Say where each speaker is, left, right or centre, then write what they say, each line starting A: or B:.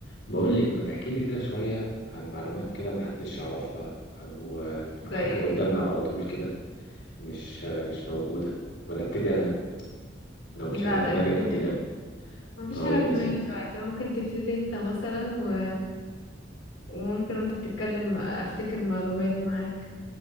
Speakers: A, on the left; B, on the left.
A: بقول لك ما تحكي لي كده شوية عن معلومات كده ما حدش يعرفها أو
B: زي
A: أو حاجة
B: ايه
A: قدامنا على طول كده مش مش موجودة ولا ابتدي أنا لو مفيش
B: لا
A: حاجة في
B: لا
A: دماغي
B: ابتدي
A: ابتدي أنا
B: ما فيش
A: طيب
B: حاجة في
A: يا
B: دماغي
A: ستي
B: دلوقتي ممكن تبتدي انت مثلا و... وممكن وانت بتتكلم افتكر معلومات معاك